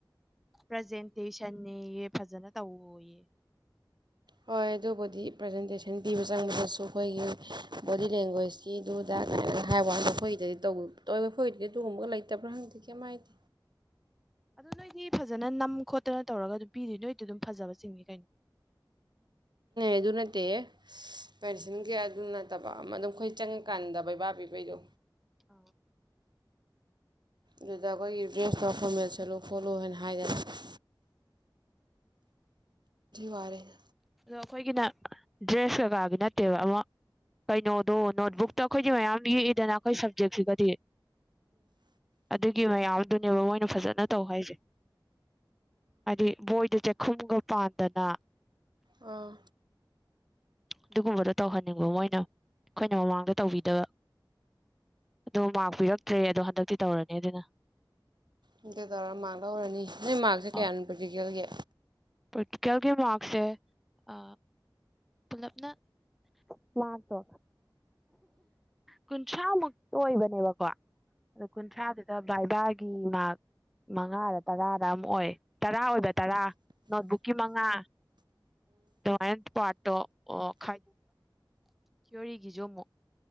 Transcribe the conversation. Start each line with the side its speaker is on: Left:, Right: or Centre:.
Centre: ꯄ꯭ꯔꯖꯦꯟꯇꯦꯁꯟ ꯅꯦꯌꯦ ꯐꯖꯅ ꯇꯧꯋꯣꯌꯦ
Right: ꯍꯣꯏ ꯑꯗꯨ ꯕꯨꯗꯤ ꯄ꯭ꯔꯖꯦꯟꯇꯦꯁꯟ ꯄꯤꯕ ꯆꯪꯕꯗꯁꯨ ꯑꯩꯈꯣꯏꯒꯤ ꯕꯣꯗꯤ ꯂꯦꯡꯒꯣꯏꯁ ꯀꯤꯗꯨꯗ ꯀꯥꯏꯅꯒ ꯍꯥꯏꯕ ꯋꯥꯅꯦ ꯈꯣꯏꯗꯗꯤ ꯇ ꯇꯧꯕ ꯈꯣꯏꯗꯗꯤ ꯑꯗꯨꯒꯨꯝꯕꯒ ꯂꯩꯇꯕ꯭ꯔꯥ ꯍꯪꯗꯦ ꯀꯩꯝ ꯍꯥꯏꯗꯦ
Centre: ꯑꯗꯣ ꯅꯣꯏꯗꯤ ꯐꯖꯅ ꯅꯝ ꯈꯣꯠꯇꯅ ꯇꯧꯔꯒ ꯑꯗꯨꯝ ꯄꯤꯗꯣꯏ ꯅꯣꯏꯗꯤ ꯑꯗꯨꯝ ꯐꯖꯕ ꯆꯤꯡꯉꯤ ꯀꯩꯅꯣ
Right: ꯑꯗꯨ ꯅꯠꯇꯦꯍꯦ ꯄꯦꯟꯁꯤꯟꯒꯤ ꯑꯗꯨ ꯅꯠꯇꯕ ꯑꯗꯨꯝ ꯑꯩꯈꯣꯏ ꯆꯪꯉꯀꯥꯟꯗ ꯕꯩꯕꯥ ꯄꯤꯕꯩꯗꯣ
Centre: <unintelligible>
Right: ꯑꯗꯨꯗ ꯑꯩꯈꯣꯏꯒꯤ ꯗ꯭ꯔꯦꯁꯇꯣ ꯐꯣꯔꯃꯦꯜ ꯆꯠꯂꯨ ꯈꯣꯠꯂꯨ ꯍꯥꯏꯅ ꯍꯥꯏꯗꯅ ꯋꯥꯔꯦꯅ
Centre: ꯑꯗꯣ ꯑꯩꯈꯣꯏꯒꯤꯅ ꯗ꯭ꯔꯦꯁ ꯀꯩꯀꯥꯒꯤ ꯅꯠꯇꯦꯕ ꯑꯃꯨꯛ ꯀꯩꯅꯣꯗꯣ ꯅꯣꯠꯕꯨꯛꯇꯣ ꯑꯩꯈꯣꯏꯗꯤ ꯃꯌꯥꯝ ꯌꯦꯛꯏꯗꯅ ꯑꯩꯈꯣꯏ ꯁꯞꯖꯦꯛꯁꯤꯒꯗꯤ ꯑꯗꯨꯒꯤ ꯃꯌꯥꯝꯗꯨꯅꯦꯕ ꯃꯣꯏꯅ ꯐꯖꯅ ꯇꯧ ꯍꯥꯏꯁꯦ ꯍꯥꯏꯗꯤ ꯕꯣꯏꯗ ꯆꯥꯛꯈꯨꯝꯒ ꯄꯥꯟꯗꯅ
Right: ꯑꯥ
Centre: ꯑꯗꯨꯒꯨꯝꯕꯗꯣ ꯇꯧꯍꯟꯅꯤꯡꯕ ꯃꯣꯏꯅ ꯑꯩꯈꯣꯏꯅ ꯃꯃꯥꯡꯗ ꯇꯧꯕꯤꯗꯕ ꯑꯗꯣ ꯃꯥꯔ ꯄꯤꯔꯛꯇ꯭ꯔꯦ ꯑꯗꯣ ꯍꯟꯗꯛꯇꯤ ꯇꯧꯔꯅꯤ ꯑꯗꯨꯅ
Right: ꯑꯗꯨ ꯇꯧꯔꯒ ꯃꯥꯔꯛ ꯂꯧꯔꯅꯤ ꯅꯣꯏ ꯃꯥꯔꯛꯁꯦ ꯀꯌꯥꯅꯣ
Centre: ꯑ
Right: ꯄ꯭ꯔꯦꯛꯇꯤꯀꯦꯜꯒꯤ
Centre: ꯄ꯭ꯔꯦꯛꯇꯤꯀꯦꯜꯒꯤ ꯃꯥꯔꯛꯁꯦ ꯑ ꯄꯨꯂꯞꯅ ꯃꯥꯛꯇꯣ ꯀꯨꯟꯊ꯭ꯔꯥꯃꯨꯛꯇ ꯑꯣꯏꯕꯅꯦꯕꯀꯣ ꯑꯗꯣ ꯀꯨꯟꯊ꯭ꯔꯥꯗꯨꯗ ꯕꯥꯏꯕꯥꯒꯤ ꯃꯥꯛ ꯃꯉꯥꯔ ꯇꯔꯥꯔ ꯑꯃ ꯑꯣꯏ ꯇꯔꯥ ꯑꯣꯏꯕ ꯇꯔꯥ ꯅꯣꯠꯕꯨꯛꯀꯤ ꯃꯉꯥ ꯑꯗꯨꯃꯥꯏꯟ ꯄꯥꯔꯠꯇꯣ ꯑꯣ ꯈꯥꯏꯗꯣꯛ ꯊꯤꯑꯣꯔꯤꯒꯤꯁꯨ ꯑꯃꯨꯛ